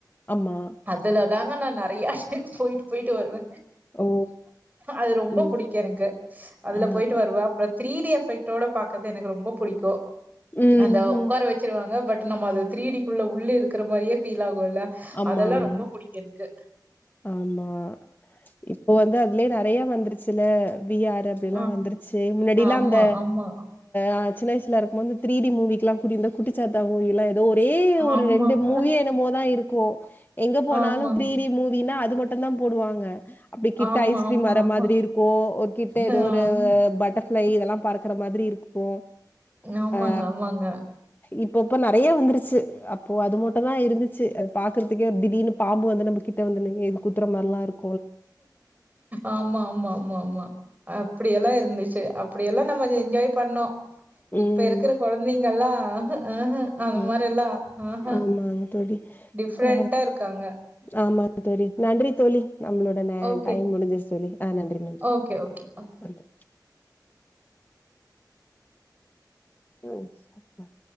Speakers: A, on the left (about 25°); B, on the right (about 25°).
A: ஆமா
B: அதுல தாங்க நா நறையா டைம் போயிட்டு போயிட்டு வருவே
A: ஓ
B: அது ரொம்ப
A: ம்
B: புடிக்கு எனக்கு அதுல
A: ஆ
B: போயிட்டு வருவ அப்புறோ த்ரீ டி எஃபெக்டோட பாக்கது எனக்கு ரொம்ப புடிக்கு
A: ம்
B: அந்த
A: ம்
B: உக்கார வ ச்சிருவாங்க பட் நம்ம அது த்ரீடிக்குள்ள உள்ள இருக்கற மாரியே ஃபீல் ஆகுல்ல
A: ஆமா
B: அதெல்லா
A: ஆமா
B: ரொம்ப புடிக்கும் எனக்கு
A: ஆமா இப்போ வந்து அதுலயே நறையா வந்துருச்சில்ல விஆர அப்டியல்லா
B: ஆ.
A: வந்துருச்சி முன்னாடியிலா
B: ஆமா,
A: அந்த
B: ஆமா,
A: ஆ சின்ன வயசுல இருக் கமோது த்ரீடி மூவிக்கிலா குடிந்தா குட்டிச்சாத்தா மூவிலா எ இந்த ஒரே ஒரு
B: ஆமா.
A: ரெண்டு மூவி என்னமோதா இருக்கும் எங்க போனாலும்
B: ஆமாங்க.
A: த்ரீ டி மூவீனா அது மட்டுந்தான் போடுவாங்க அப்டி கிட்ட
B: ஆமா,
A: ஐஸ்கிரீம்
B: ஆமா,
A: வர
B: ஆமா.
A: மாதிரி இருக்கும் ஒரு கிட்ட எதோ
B: ஆ
A: ஒரு பட்டர் ஃபிளை இதெல்லாம் பறக்கற மாதிரி இருக்கும்
B: ஆமாங்க,
A: ஆ
B: ஆமாங்க.
A: இப் போப்ப நறையா வந்துருச்சி அப்போ அது மட்டும்தான் இருந்துச்சி அது பாக்கறதுக்கே திடீர்னு பாம்பு வந்து நம்பகிட் ட வந்து நிக்க இது குத்தற மார்லா இருக்
B: ஆமா ஆமா ஆமா ஆமா அப்டியல்லா இருந்துச்சி அப்டியெல்லாம் நம்ம என் என்ஜாய் பண்ணோம்
A: ம்
B: இப்ப இருக்கிற கொழந்தைங்கல்லாம் ஆஹ ஆஹ அந்த
A: ஆ
B: மாரி எல்லாம் ம்ஹ
A: ஆமாங்க தோழி
B: டிஃப்ரண்ட்டா
A: அ
B: இருக்காங்க
A: ஆமா தோழி நன்றி தோழி நம்பளோட கான
B: ஓகே,
A: டைம் முடிஞ்சிருச்சி தோழி ஆ நன்றி நன்றி
B: ஓகே, ஓகே.
A: நன்றி தேங்க்ஸ் ஆ